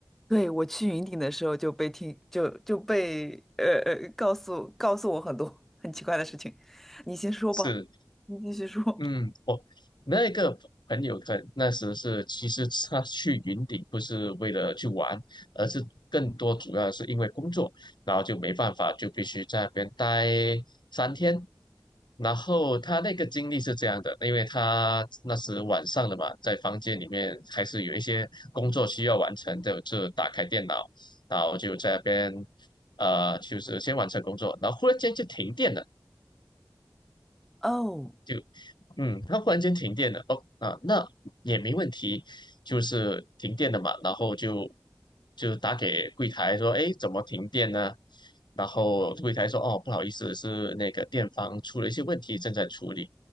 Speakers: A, in the centre; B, on the left.
A: 对，我去云顶的时候就被听就就被呃呃告诉告诉我很多很奇怪的事情，你先说吧，
B: 是，
A: 你继续说。
B: 嗯，我那个朋友可那时是，其实他去云顶不是为了去玩，而是更多主要是因为工作，然后就没办法，就必须在那边待三天。然后他那个经历是这样的，因为他那时晚上了嘛，在房间里面还是有一些工作需要完成的，就打开电脑，然后就在那边，呃，就是先完成工作，然后忽然间就停电了。
A: 哦，
B: 就。嗯，它忽然间停电了，哦，啊，那也没问题，就是停电了嘛，然后就就打给柜台说，哎，怎么停电呢？然后柜台说，哦，不好意思，是那个电房出了一些问题，正在处理。